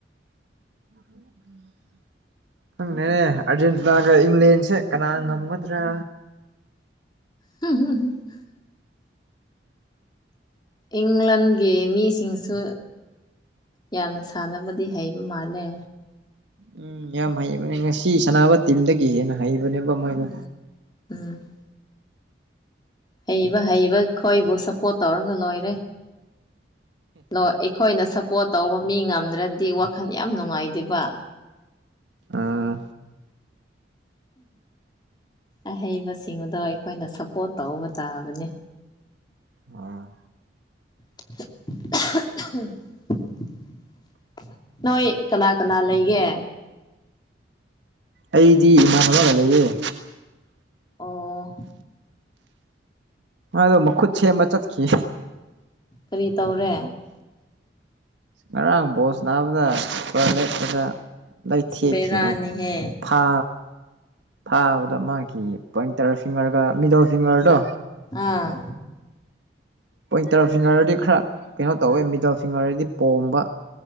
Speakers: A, on the right; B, on the left.
A: ꯎ ꯈꯪꯅꯦꯅꯦ ꯑꯥꯔꯖꯦꯟꯇꯤꯅꯥꯒ ꯏꯪꯂꯦꯟꯁꯦ ꯀꯅꯥ ꯉꯝꯒꯗ꯭ꯔꯥ
B: ꯍꯝ ꯍ ꯍ ꯏꯪꯂꯥꯟꯒꯤ ꯃꯤꯁꯤꯡꯁꯨ ꯌꯥꯝꯅ ꯁꯥꯟꯅꯕꯗꯤ ꯍꯩꯕ ꯃꯥꯜꯂꯦ
A: ꯎꯝ ꯌꯥꯝ ꯍꯩꯕꯅꯦ ꯉꯁꯤ ꯁꯅꯥꯅꯕ ꯇꯤꯝꯗꯒꯤ ꯍꯦꯟꯅ ꯍꯩꯕꯅꯦꯕ ꯃꯣꯏꯅ
B: ꯎꯝ ꯎꯝ ꯍꯩꯕ ꯍꯩꯕ ꯑꯩꯈꯣꯏꯕꯨ ꯁꯞꯄꯣꯔꯠ ꯇꯧꯔꯒ ꯂꯣꯏꯔꯦ ꯑꯩꯈꯣꯏꯅ ꯁꯞꯄꯣꯔꯠ ꯇꯧꯕ ꯃꯤ ꯉꯝꯗ꯭ꯔꯗꯤ ꯋꯥꯈꯜ ꯌꯥꯝ ꯅꯨꯡꯉꯥꯏꯇꯦꯕ
A: ꯑꯥ
B: ꯑꯍꯩꯕꯁꯤꯡꯗꯣ ꯑꯩꯈꯣꯏꯅ ꯁꯞꯄꯣꯔꯠ ꯇꯧꯕ ꯇꯥꯕꯅꯦ
A: ꯑ
B: <inaudible> ꯅꯣꯏꯣꯏ ꯀꯅꯥ ꯀꯅꯥ ꯂꯩꯒꯦ
A: ꯑꯩꯗꯤ ꯏꯃꯥꯟꯅꯕꯒ ꯂꯩꯌꯦ
B: ꯑꯣ
A: ꯑꯗꯣ ꯃꯨꯠꯁꯦ ꯃꯆꯠꯈꯤ
B: ꯀꯔꯤ ꯇꯧꯔꯦ
A: ꯉꯔꯥꯡ ꯕꯣꯁ ꯅꯥꯕꯗ ꯂꯦꯠꯄꯗ ꯂꯩ ꯊꯀꯤꯕ
B: ꯕꯦꯔꯥꯅꯤꯍꯦ
A: ꯐꯥ ꯐꯥꯕꯗ ꯃꯥꯒꯤ ꯄꯣꯏꯟꯇꯔ ꯐꯤꯡꯒꯔꯒ ꯃꯤꯗꯜ ꯐꯤꯡꯒꯔꯗꯣ
B: ꯑꯥ
A: ꯄꯣꯏꯟꯇꯔ ꯐꯤꯡꯒꯔꯗꯤ ꯈꯔ ꯀꯩꯅꯣ ꯇꯧꯋꯦ ꯃꯤꯗꯜ ꯐꯤꯡꯒꯔꯗꯤ ꯄꯣꯝꯕ